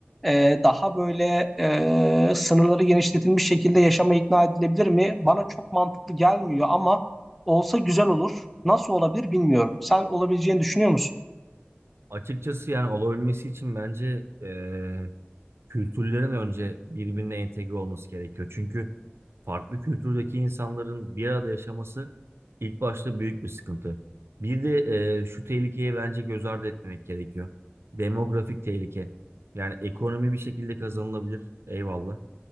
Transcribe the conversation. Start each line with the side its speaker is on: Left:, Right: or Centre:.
Centre: e, daha böyle e, sınırları genişletilmiş şekilde yaşama ikna edilebilir mi? Bana çok mantıklı gelmiyor ama olsa güzel olur. Nasıl olabilir bilmiyorum. Sen olabileceğini düşünüyor musun?
Right: Açıkçası yani olabilmesi için bence eee, kültürlerin önce birbirine entegre olması gerekiyor. Çünkü farklı kültürdeki insanların bir arada yaşaması ilk başta büyük bir sıkıntı. Bir de eee, şu tehlikeye bence göz ardı etmemek gerekiyor. Demografik tehlike. Yani ekonomi bir şekilde kazanılabilir. Eyvallah.